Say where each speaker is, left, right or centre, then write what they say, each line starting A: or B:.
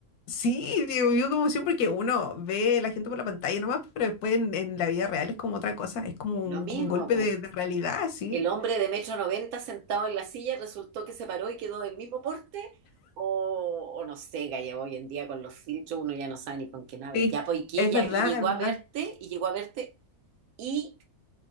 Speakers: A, on the left; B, on the right.
A: sí, digo, vio como emoción porque uno ve la gente por la pantalla nomás, pero después en, en la vida real es como otra cosa, es como un,
B: Lo mismo,
A: como un golpe
B: pues.
A: de, de realidad, sí.
B: ¿El hombre de metro noventa sentado en la silla resultó que se paró y quedó del mismo porte? O, o no sé, Gaya, hoy en día con los filtros uno ya no sabe ni con quién habla.
A: Sí,
B: Ya poiqué,
A: es
B: ya,
A: verdad,
B: y llegó
A: es verdad.
B: a verte, y llegó a verte, y,